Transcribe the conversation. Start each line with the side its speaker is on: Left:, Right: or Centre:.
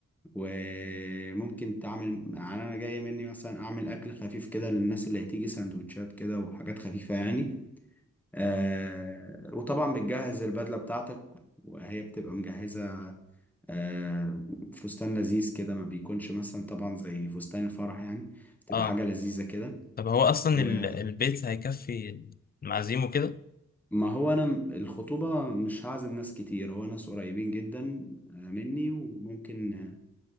Centre: وممكن تعمل يعني انا جاي مني مثلا اعمل اكل خفيف كده للناس اللي هتيجي سندوتشات كده وحاجات خفيفة يعني آه وطبعا بتجهز البدلة بتاعتك وهي بتبقى مجهزة آه فستان لذيذ كده ما بيكونش مثلا طبعا زي فستان الفرح يعني بتبقى
Left: اه
Centre: حاجة لذيذة كده
Left: طب هو اصلا
Centre: وما
Left: ال- البيت هيكفي المعازيم وكده
Centre: هو أنا م- الخطوبة مش هعزم ناس كتير هو ناس قريبين جدا آه، مني وممكن آه،